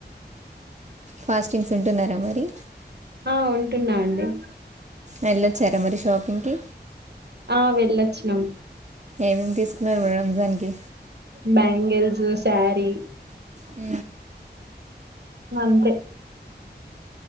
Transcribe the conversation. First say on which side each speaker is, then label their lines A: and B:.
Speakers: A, on the right; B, on the right.
A: ఫాస్టింగ్స్ ఉంటున్నారా మరి
B: ఆ ఉంటున్నా అండి
A: యెల్లోచ్చారా మరి షాపింగ్కి
B: ఆ వెళ్ళొచ్చినాం
A: ఏమ్ తీసుకున్నారు మేడం రంజాన్కి
B: బ్యాంగల్సు స్యారీ
A: ఉ
B: అంతే